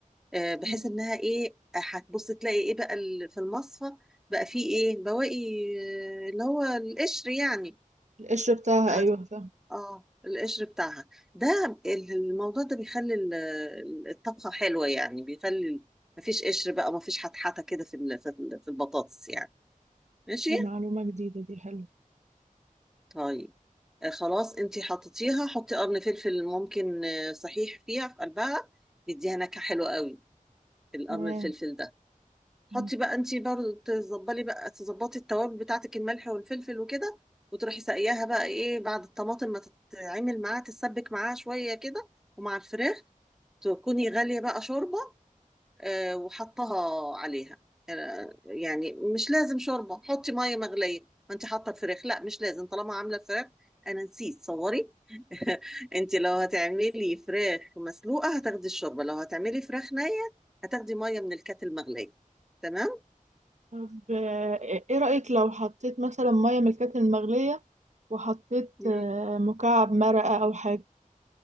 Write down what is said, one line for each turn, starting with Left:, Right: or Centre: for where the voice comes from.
Centre: آه،
Right: تمام.
Centre: بحيث انها ايه هتبصي تلاقي ايه بقى ال- في المصفى بقى فيه ايه بواقي آه، اللي هو القشر يعني
Right: القشر بتاعها
Centre: هت-
Right: ايوه فاهم
Centre: اه القشر بتاعها ده ال- الموضوع ده بيخلي ال- ال- الطبخة حلوة يعني بيخلي ال- مفيش قشر بقى مفيش حتحته كده في ال- في ال- في البطاطس يعني ماشي
Right: دي معلومة جديدة دي حلوة
Centre: طيب آه خلاص انتي حطيتيها حطي قرن فلفل ممكن آه، صحيح فيها في قلبها بيديها نكهة حلوة قوي القرن
Right: تمام
Centre: الفلفل ده
Right: مم.
Centre: حطي بقى انتي برضه تظبلي بقى تظبطي التوابل بتاعتك الملح والفلفل وكده وتروحي ساقياها بقى ايه بعد الطماطم ما تتعمل معاها تتسبك معاها شوية كده ومع الفراخ تكوني غالية بقى شوربة آه، وحطها عليها آه، يعني مش لازم شوربة حطي مية مغلية ما انت حاطة الفراخ لا مش لازم طالما عاملة فراخ انا نسيت صوري <laughs> انت لو هتعملي فراخ مسلوقة هتاخدي الشوربة لو هتعملي فراخ نية هتاخدي مية من الكاتل المغلية تمام
Right: طب آه، ايه رأيك لو حطيت مثلا مية من الكاتل المغلية وحطيت
Centre: مم.
Right: آه، مكعب مرقة او حاجة